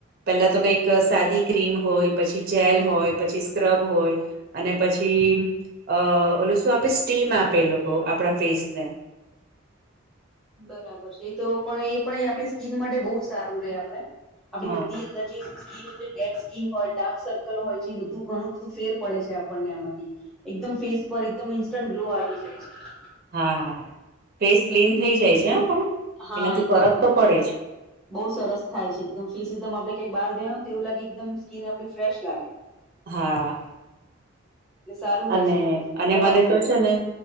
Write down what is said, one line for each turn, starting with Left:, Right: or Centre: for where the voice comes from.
Right: પેલા તો કઈક સાદી ક્રીમ હોય પછી જેલ હોય પછી સ્ક્રબ હોય અને પછી અ ઓલ શું આપે સ્ટીમ આપે એ લોકો આપણા ફેસને
Centre: બરાબર છે, એ તો પણ એ પણ આપણી સ્કીન માટે બહુ સારું રે આપડે આપડી
Right: હ
Centre: બધી અંદર જે સ્કીન ડેટ સ્કીિન હોય ડાર્ક સર્કલ હોય જે બધું ઘણું બધું ફેર પડે છે, આપણને આમાંથી એકદમ ફેસ પર એકદમ ઇન્સ્ટન્ટ ગ્લો આવી જાય છે,
Right: હા હા ફેસ ક્લીન થઇ જાય છે, હ પણ
Centre: હા
Right: એનાથી
Centre: એકદમ
Right: ફરક તો પડે જ
Centre: બઉુ સરસ થાય છે, એકદમ ફીસ એકદમ આપણે ક્યાક બહાર ગયા હોય ને તો એવું લાગે એકદમ સ્કીન આપડી ફ્રેશ લાગે
Right: હા
Centre: એટલે સારું
Right: અને
Centre: રે છે આમ તો
Right: અને
Centre: કરાવવું
Right: મને
Centre: જોઈએ
Right: તો છે ને